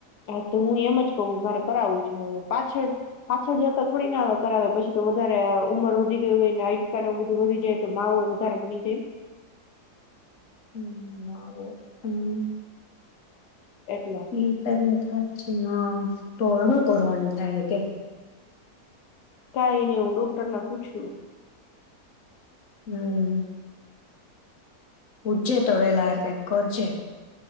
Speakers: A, on the left; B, on the left.
A: હા તો હું એમ જ કહ મારે કરાવવું છે હવે પાછળ પાછળ જતા થોડી નાને હવે કરાવે પછી તો વધારે ઉંમર વધી ગઈ હોયને હટકાવ બધું વધી જાય તો માવુંય વધારે બની જાય
B: હમ્મ <unintelligible> હમ્મ.
A: એટલા
B: ઠી કર્યો થ હા તો હવે હું કરવાનું થાય કે
A: કઈ નને હું ડોક્ટરને પૂછું.
B: હમ્મ. પૂછજે તો વે લાર કઈક કરજે.